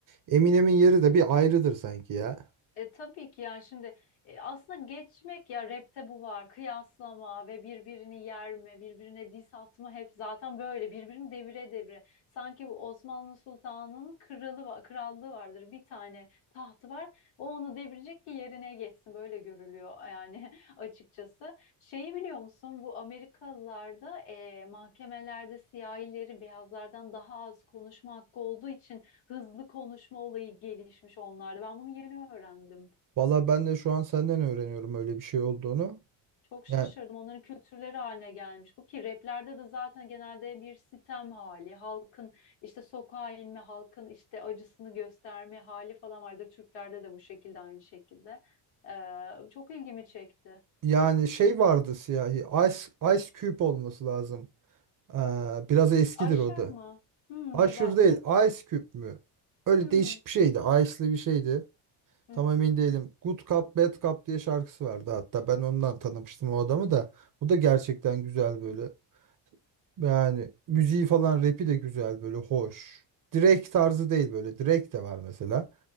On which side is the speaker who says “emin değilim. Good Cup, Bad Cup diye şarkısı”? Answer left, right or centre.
Right